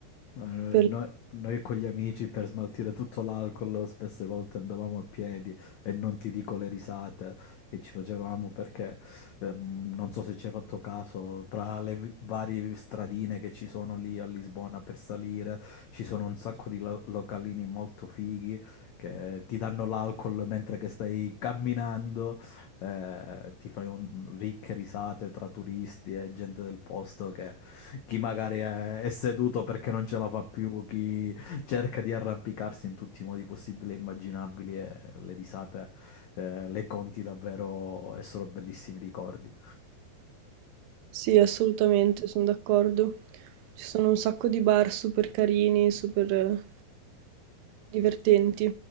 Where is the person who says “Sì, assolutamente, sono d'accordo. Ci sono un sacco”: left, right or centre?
Right